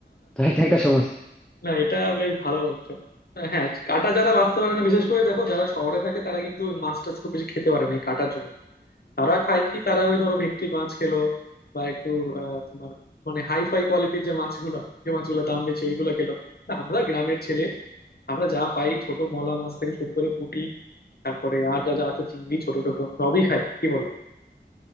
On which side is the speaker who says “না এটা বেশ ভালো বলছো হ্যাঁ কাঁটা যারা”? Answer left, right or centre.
Left